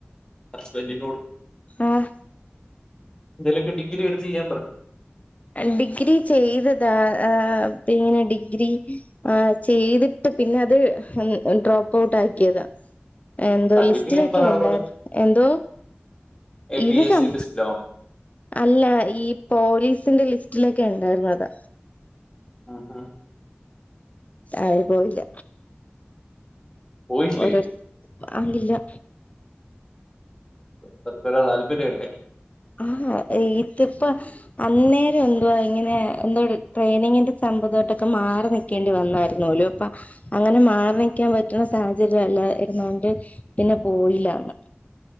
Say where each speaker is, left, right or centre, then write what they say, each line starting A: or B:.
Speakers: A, on the left; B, on the left.
A: ഹസ്ബന്റിനോട്
B: ആഹ്
A: എന്തേലൊക്കെ ഡിഗ്രി എടുതെയ്യാൻ പറ
B: ഡിഗ്രി ചെയ്തതാ ആഹ് പിന്നെ ഡിഗ്രി ആ ചെയ്തിട്ട് പിന്നെ അത് ഡ്രോപ്പോട്ടാക്കിയതാ എന്തോ
A: കണ്ടിന്യൂ
B: ലിസ്റ്റിലൊക്കെണ്ടാ
A: ചെയ്യാൻ പറ ആളോട്
B: എന്തോ
A: എ
B: ഇനികം
A: പി എസ് സി ലിസ്റ്റിലോ
B: അല്ല ഈ പോലീസിന്റെ ലിസ്റ്റിലൊക്കെ ഉണ്ടായിരുന്നത്
A: ഉം ഉം
B: ആയിന് പോയില്ല
A: പോയില്ലേ
B: ഓരൊ അലില്ലാ
A: തർതരെ താല്പര്യല്ലേ
B: ആഹ ഇ ത്തിപ്പ അന്നേരം എന്തുവാ ഇങ്ങനെ എന്തോ ട്രെയിനിങ്ങിന്റെ സംമ്പവായിട്ടൊക്കെ മാറിനി ക്കേണ്ടി വന്നായിരുന്നോലു അപ്പൊ അങ്ങനെ മാറിനിക്കാൻ പറ്റ്ണ സാഹചര്യം അല്ലായിരുന്നോണ്ട് പിന്നെ പോയില്ലാന്